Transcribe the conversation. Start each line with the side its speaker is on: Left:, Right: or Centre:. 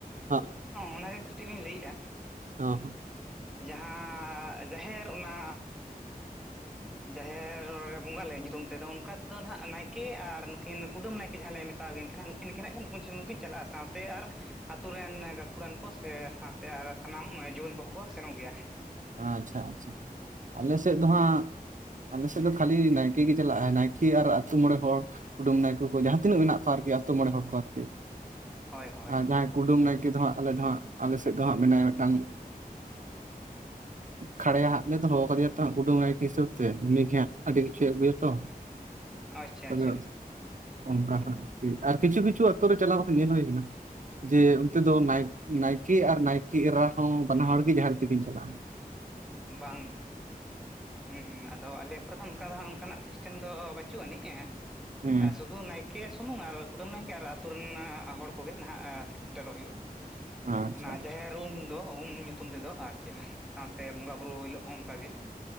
Right: ᱦᱚᱸ
Centre: ᱚᱱᱟᱜᱮ ᱠᱟᱹᱴᱤᱡ ᱞᱤᱧ ᱞᱟᱹᱭᱮᱜᱼᱟ
Right: ᱦᱚ ᱦᱚᱸ
Centre: ᱡᱟᱦᱟᱸ ᱡᱟᱦᱮᱨ ᱚᱱᱟ ᱡᱟᱦᱮᱨᱸ ᱵᱚᱸᱜᱟᱞᱮ ᱧᱩᱛᱩᱢ ᱛᱮᱫᱚ ᱚᱱᱠᱟ ᱛᱮᱫᱚ ᱱᱟᱦᱟᱜ ᱱᱟᱭᱠᱮ ᱟᱨ ᱱᱩᱠᱤᱱ ᱠᱩᱰᱟᱹᱢ ᱱᱟᱭᱠᱮ ᱡᱟᱦᱟᱸ ᱞᱮ ᱢᱮ ᱢᱟᱛᱟᱣ ᱟᱠᱤᱱ ᱠᱟᱱᱟ ᱱᱩᱠᱤᱱ ᱜᱮ ᱦᱟᱜ ᱜᱮ ᱱᱩᱠᱤᱱ ᱥᱩᱢᱩᱝ ᱠᱤᱱ ᱪᱟᱞᱟᱜᱼᱟ ᱥᱟᱶᱛᱮ ᱟᱨ ᱟᱛᱩ ᱨᱮᱱ ᱜᱟᱹᱠᱷᱩᱲᱟᱱ ᱠᱚ ᱥᱮ ᱥᱟᱶᱛᱮ ᱟᱨ ᱥᱟᱱᱟᱢ ᱡᱩᱣᱟᱹᱱ ᱠᱚᱦᱚᱸ ᱠᱚ ᱥᱮᱱᱚᱜ ᱜᱮᱭᱟ᱾
Right: ᱟᱪᱪᱷᱟ ᱟᱪᱪᱷᱟ ᱟᱞᱮ ᱥᱮᱫ ᱫᱚ ᱦᱟᱸᱜ ᱟᱞᱮᱥᱮᱫ ᱫᱚ ᱠᱷᱟᱹᱞᱤ ᱱᱟᱭᱠᱮ ᱜᱮ ᱪᱟᱞᱟᱜᱼᱟ ᱱᱟᱭᱠᱮ ᱟᱨ ᱟᱛᱩ ᱢᱚᱬᱮ ᱦᱚᱲ ᱠᱩᱰᱟᱹᱢ ᱱᱟᱭᱠᱮ ᱠᱚ ᱡᱟᱦᱟᱸ ᱛᱤᱱᱟᱹᱜ ᱢᱮᱱᱟᱜ ᱠᱚᱣᱟ ᱟᱨᱠᱤ ᱟᱹᱛᱳ ᱢᱚᱬᱮ ᱦᱚᱲ ᱠᱚ ᱟᱨᱠᱤ
Centre: ᱦᱳᱭ ᱦᱳᱭ
Right: ᱟᱨ ᱡᱟᱦᱟᱸᱭ ᱠᱩᱰᱟᱹᱢ ᱱᱟᱭᱠᱮ ᱫᱚ ᱦᱟᱸᱜ ᱟᱞᱮ ᱫᱚ ᱦᱟᱸᱜ ᱟᱞᱮ ᱥᱮᱫ ᱫᱚ ᱦᱟᱸᱜ ᱢᱮᱱᱟᱭᱟ ᱢᱤᱫᱴᱟᱝ ᱠᱷᱟᱲᱮᱭᱟ ᱦᱟᱸᱜ ᱞᱮ ᱫᱚᱦᱚ ᱠᱟᱫᱮᱭᱟ ᱛᱚ ᱦᱟᱸᱜ ᱠᱩᱰᱟᱹᱢ ᱱᱟᱭᱠᱮ ᱦᱤᱥᱟᱹᱵᱽ ᱛᱮ ᱩᱱᱤᱜᱮ ᱦᱟᱸᱜ ᱟᱹᱰᱤ ᱠᱤᱪᱷᱩᱭ ᱟᱹᱜᱩᱭᱟᱛᱚ
Centre: <inaudible>
Right: ᱛᱚᱵᱮ
Centre: ᱟᱪᱪᱷᱟ
Right: ᱚᱱᱠᱟ ᱱᱟᱜ ᱟᱨ ᱠᱤᱪᱷᱩ ᱠᱤᱪᱷᱩ ᱟᱛᱳ ᱨᱮ ᱪᱟᱞᱟᱣ ᱠᱟᱛᱮ ᱧᱮᱞ ᱦᱩᱭ ᱠᱟᱱᱟ ᱡᱮ ᱚᱱᱛᱮ ᱫᱚ ᱱᱟᱭᱠᱮ ᱟᱨ ᱱᱟᱭᱠᱮ ᱮᱨᱟ ᱦᱚᱸ ᱵᱟᱱᱟ ᱦᱚᱲ ᱜᱮ ᱡᱟᱦᱮᱨ ᱛᱮᱠᱤᱱ ᱪᱟᱞᱟᱜ-ᱟ
Centre: ᱵᱟᱝ ᱦᱩᱸ ᱦᱩᱸ ᱟᱫᱚ ᱟᱞᱮ ᱠᱚᱨᱮ ᱫᱚ ᱚᱱᱠᱟ ᱫᱚ ᱦᱟᱜ ᱚᱱᱠᱟᱱᱟᱜ ᱥᱤᱥᱴᱮᱢ ᱫᱚ ᱵᱟᱪᱩᱜ ᱟᱹᱱᱤᱡ
Right: ᱦᱮᱸ
Centre: ᱥᱩᱫᱷᱩ ᱱᱟᱭᱠᱮ ᱠᱮ ᱥᱩᱢᱩᱝ ᱟᱨ ᱠᱩᱰᱟᱹᱢ ᱱᱟᱭᱠᱮ ᱟᱨ ᱟᱹᱛᱩ ᱨᱮᱱ ᱦᱚᱲ ᱠᱚᱜᱮ ᱱᱟᱦᱟᱜ ᱥᱮᱴᱮᱨᱚᱜ ᱦᱩᱭᱩᱜ-ᱟ
Right: ᱟᱪᱪᱷᱟ
Centre: ᱚᱱᱟ ᱡᱟᱦᱮᱨ ᱩᱢ ᱫᱚ ᱩᱢ ᱧᱩᱛᱩᱢ ᱛᱮᱫᱚ ᱟᱨ ᱪᱮᱫ ᱥᱟᱶᱛᱮ ᱥᱮ ᱵᱚᱸᱜᱟ ᱵᱩᱨᱩ ᱦᱤᱞᱳᱜ ᱦᱚᱸ ᱚᱱᱠᱟᱜᱮ